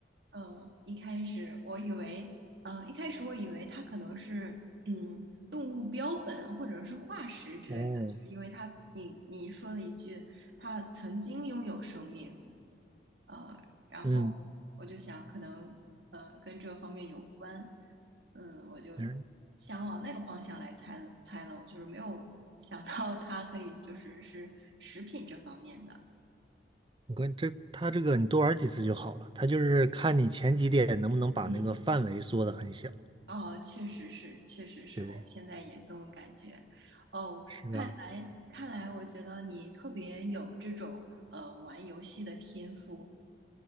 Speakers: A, on the right (about 85°); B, on the right (about 30°).
A: 呃，一开始我以为，呃，一开始我以为它可能是，嗯，动物标本或者是化石之类的，
B: <laughs> 哦，
A: 就是因为它，你你说了一句，它曾经拥有生命。呃，然后
B: 嗯
A: 我就想可能呃跟这方面有关，嗯，我就
B: 嗯，
A: 想往那个方向来猜了猜了，我就是没有 <laughs> 想到它可以就是是食品这方面的，
B: 你关这它这个你多玩几次就好了，它就是看你前几点能不能把那个范围缩得很小，
A: 嗯，哦，确实是，确实是我现在也这么感觉，
B: 对，
A: 哦，
B: 是吧？
A: 看来看来，我觉得你特别有这种呃玩游戏的天赋，